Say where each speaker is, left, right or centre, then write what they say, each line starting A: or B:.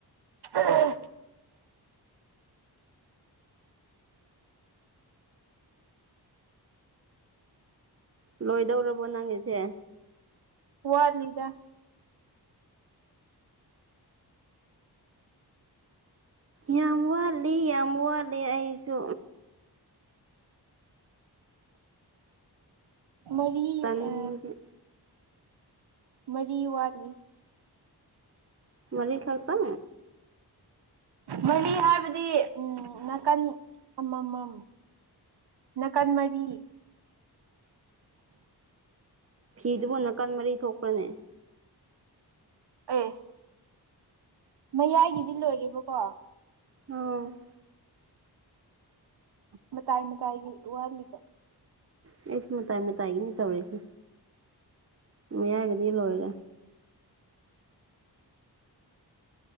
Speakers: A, on the right; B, on the right.
A: ꯑꯍꯥ
B: ꯂꯣꯏꯗꯧꯔꯕꯣ ꯅꯪꯒꯤꯁꯦ
A: ꯋꯥꯠꯂꯤꯗ
B: ꯌꯥꯝ ꯋꯥꯠꯂꯤ ꯌꯥꯝ ꯋꯥꯠꯂꯤ ꯑꯩꯁꯨ
A: ꯃꯔꯤ
B: ꯇꯟꯕꯒꯤ
A: ꯑ ꯃꯔꯤ ꯋꯥꯠꯂꯤ
B: ꯃꯔꯤꯔꯤ ꯈꯥꯛ ꯇ
A: ꯃꯔꯤ ꯍꯥꯏꯕꯗꯤ ꯎꯝ ꯅꯥꯀꯟ ꯑꯃꯃꯝ ꯅꯥꯀꯟ ꯃꯔꯤ
B: ꯐꯤꯗꯨꯕꯨ ꯅꯥꯀꯟ ꯃꯔꯤ ꯊꯣꯛꯄ꯭ꯔꯅꯦ
A: ꯑꯦ ꯃꯌꯥꯏꯒꯤꯗꯤ ꯂꯣꯏꯔꯦꯕꯀꯣ
B: ꯑꯣ
A: ꯃꯗꯥꯏ ꯃꯗꯥꯏꯒꯤ ꯎꯍꯔꯂꯤꯕ
B: ꯑꯩꯁꯨ ꯃꯇꯥꯏ ꯃꯇꯥꯏꯒꯤꯅꯤ ꯇꯧꯔꯤꯁꯦ ꯌꯥꯔꯒꯗꯤ ꯂꯣꯏꯔꯦ